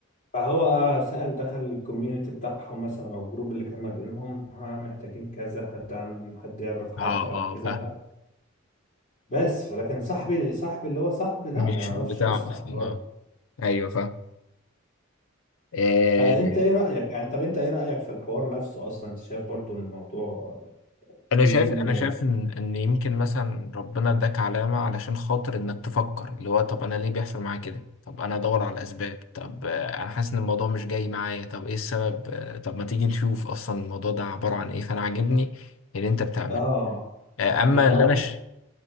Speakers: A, on the left; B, on the left.
A: فهو سأل دخل الكوميونتي بتاعهم مثلا او الجروب اللي كان ما بينهم ها محتاجين كذا حد عن حد يعرف حد
B: اه
A: او
B: اه
A: كده
B: فاهم
A: ف بس فلكن صاحبي صاحبي اللي هو صاحبي لا
B: مش
A: ما يعرفش
B: بتاع
A: اصلا
B: اصلا
A: الحوار
B: اه ايوه فاهم
A: فانت ايه رأيك يعني طب انت ايه رأيك في الحوار نفسه اصلا انت شايف برضو إن الموضوع
B: انا
A: في
B: شايف
A: منه
B: انا شايف ان ان يمكن مثلا ربنا اداك علامه علشان خاطر انك تفكر اللي هو طب انا ليه بيحصل معايا كده طب انا ادور على الاسباب طب آه، انا حاسس ان الموضوع مش جاي معايا طب ايه السبب آه، طب ما تيجي نشوف اصلا الموضوع ده عباره عن ايه فانا عاجبني اللي انت بتعمله
A: اه
B: آه، اما
A: يعني
B: اللي
A: هو
B: انا
A: انا
B: ش...